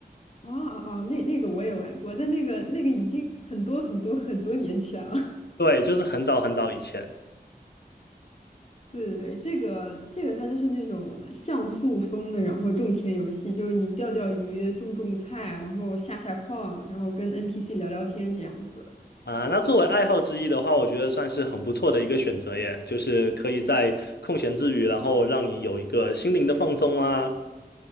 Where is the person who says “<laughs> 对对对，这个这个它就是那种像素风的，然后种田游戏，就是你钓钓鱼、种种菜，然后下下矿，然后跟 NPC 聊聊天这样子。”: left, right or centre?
Left